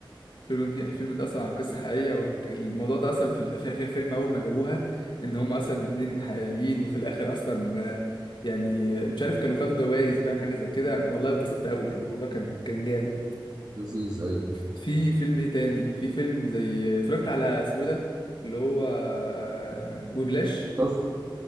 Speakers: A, on the left; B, on the right.
A: الفيلم دي الفيلم ده اصلا عن قصه حقيقيه وكان الموضوع ده اصلا في, ال- في اخر الفيلم اول ما جابوها ان هم اصلا اتنين حقيقيين وفي الاخر اصلا آه، يعني آه، مش عارف كانوا خدوا جوائز باين حاجه زي كده والله اتبسطت قوي يعني الموضوع كان كان جامد
B: لذيذ ايوه
A: في فيلم ايه تاني في فيلم زي اتفرجت على اسمه إيه ده اللي هو آه، وبلاش
B: شوش...